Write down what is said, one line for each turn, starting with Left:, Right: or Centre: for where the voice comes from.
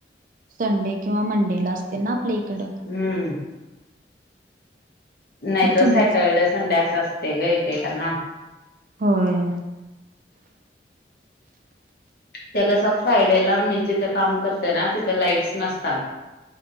Right: संडे किंवा मंडेला असते ना आपल्या इकडं
Left: हम्म नाही तर
Right: तुमच
Left: सॅटर्डे संडे अस असते ग का करना
Right: होय
Left: त्या कस फ्रायडेला मी जिथे काम करते ना तिथे लाईट्स नसतात